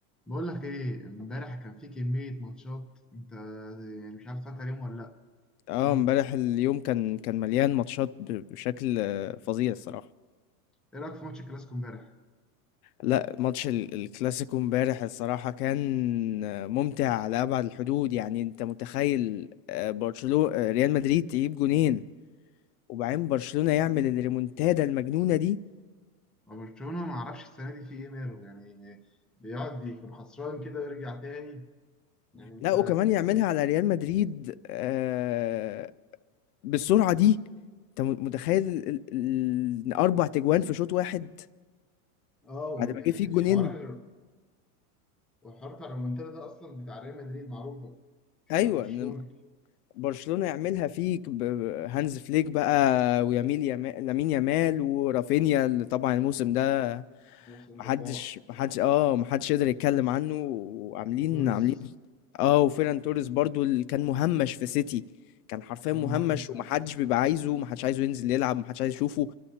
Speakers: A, in the centre; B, on the left.
A: بقول لك ايه امبارح كان في كمية ماتشات انت يعني مش عارف اتفرجت عليهم ولا لا
B: اه
A: ما...
B: امبارح اليوم كان كان مليان ماتشات ب- بشكل آه، فظيع الصراحة
A: ايه رأيك في ماتش الكلاسيكو امبارح
B: لا ماتش ال- الكلاسيكو امبارح الصراحة كان آه، ممتع على أبعد الحدود يعني انت متخيل برشلونة ريال مدريد تجيب جونين وبعدين برشلونة يعمل الريمونتادا المجنونة دي
A: برشلونة ما اعرفش السنة دي في ايه ماله يعني بيقعد يكون خسران كده ويرجع تاني يعني انت
B: لا وكمان يعملها على ريال مدريد آه، بالسرعة دي انت م- متخيل ال- ال- ال- إن أربع تجوان في شوط واحد
A: اه وال-
B: بعد ما
A: يعني
B: جه فيه
A: الحوار
B: جونين
A: والحوار بتاع الرومنتادا ده اصلا بتاع ريال مدريد معروفة مش
B: ايوه
A: بتاع برشلونة
B: برشلونة يعملها فيك ب- ب- هانز فليك بقى ويميل يامال لامين يامال ورافينيا اللي طبعا الموسم ده
A: موسم جبار
B: محدش محدش اه محدش يقدر يتكلم عنه وعاملين
A: وتوريس
B: عاملين اه وفيران توريس برضو اللي كان مهمش في سيتي كان حرفيا
A: كان
B: مهمش
A: مهمش فعلا
B: ومحدش بيبقى عايزه محدش عايزه ينزل يلعب محدش عايز يشوفه